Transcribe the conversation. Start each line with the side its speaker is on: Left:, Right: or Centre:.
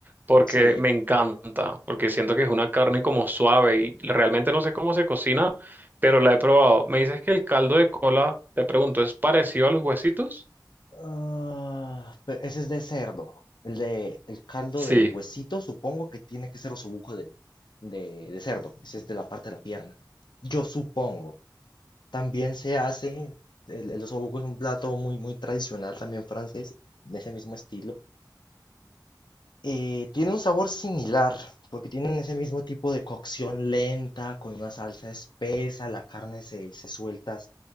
Right: Porque
Left: Sí.
Right: me encanta, porque siento que es una carne como suave y realmente no sé cómo se cocina, pero la he probado. Me dices que el caldo de cola, te pregunto, ¿es parecido a los huesitos?
Left: Ah, pe- ese es de cerdo. El de el caldo
Right: Sí.
Left: de huesito, supongo que tiene que ser osobuco de, de, de cerdo. Ese es de la parte de la pierna. Yo supongo. También se hace, el, el osobuco es un plato muy, muy tradicional también francés, de ese mismo estilo. Eh, tiene un sabor similar, porque tienen ese mismo tipo de cocción lenta, con una salsa espesa, la carne se, se suelta